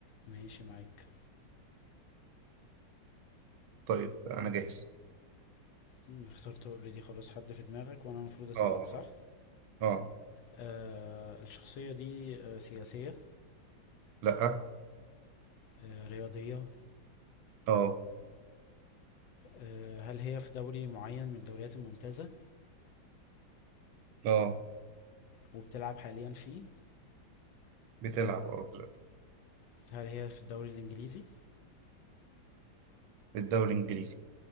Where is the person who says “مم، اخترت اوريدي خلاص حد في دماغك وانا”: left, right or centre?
Left